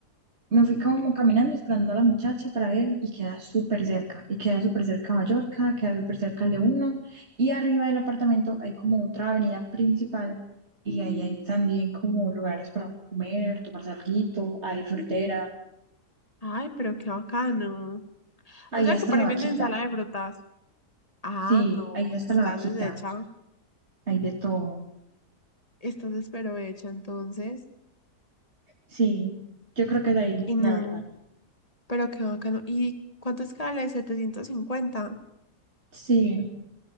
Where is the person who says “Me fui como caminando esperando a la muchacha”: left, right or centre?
Right